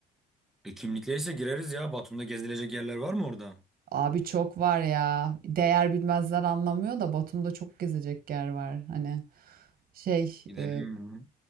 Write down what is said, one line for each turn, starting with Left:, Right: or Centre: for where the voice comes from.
Centre: E, kimlikleyse gireriz ya. Batum'da gezilecek yerler var mı orada?
Right: Abi çok var ya. Değer bilmezler anlamıyor da Batum'da çok gezecek yer var. Hani şey
Centre: Gidelim
Right: e,
Centre: mi?